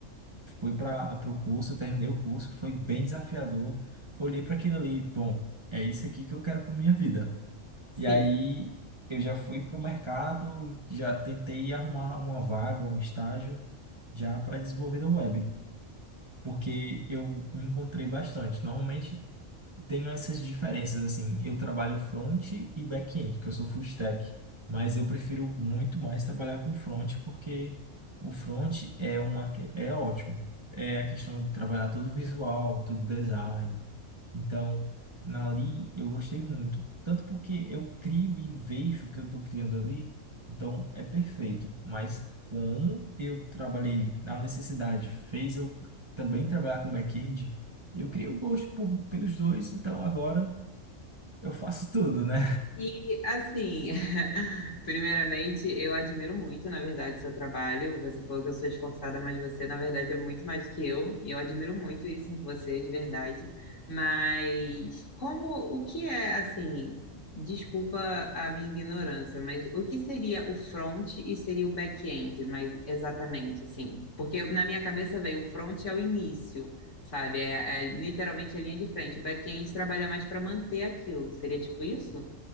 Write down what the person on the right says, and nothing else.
fui para o curso, terminei o curso, foi bem desafiador. Olhei para aquilo ali, bom, é isso aqui que eu quero para minha vida.
E aí eu já fui para o mercado, já tentei arrumar uma vaga, um estágio já para desenvolvedor web porque eu me encontrei bastante. Normalmente, tenho essas diferenças, assim, eu trabalho front e back-end, porque eu sou full stack, mas eu prefiro muito mais trabalhar com front, porque o front é uma, que- é ótimo, é a questão de trabalhar todo visual, todo design, então, na ali eu gostei muito, tanto porque eu crio e vejo o que eu estou criando ali, então é perfeito, mas como eu trabalhei, a necessidade fez eu também trabalhar com back-end, e eu criei o gosto por- pelos dois, então agora eu faço tudo, né?